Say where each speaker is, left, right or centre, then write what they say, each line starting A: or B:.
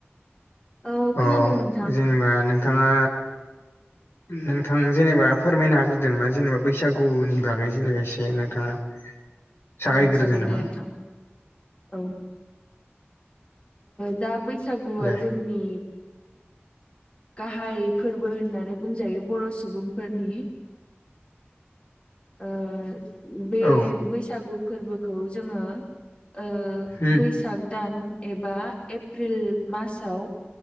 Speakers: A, on the left; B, on the left.
A: औ
B: औ
A: खोनादों नोंथां
B: जेनेबा नोंथाङा।
A: <inaudible>
B: नोंथां जेनेबा फोरमायनो हाग्रोदोंबा जेनेबा बैसागुनि बागै जेनेबा एसे नोंथाङा। जागायग्रोदो
A: औ जागोन
B: नामा
A: दे नोंथां औ जा बैसागुआ
B: दे
A: जोंनि। गाहाय फोरबो होननानै बुंजायो बर सुबुंफोरनि। ओ-बे
B: औ
A: बैसागु फोरबोखौ जोङो। ओ-बैसाग
B: उम
A: दान एबा एप्रिल मासाव।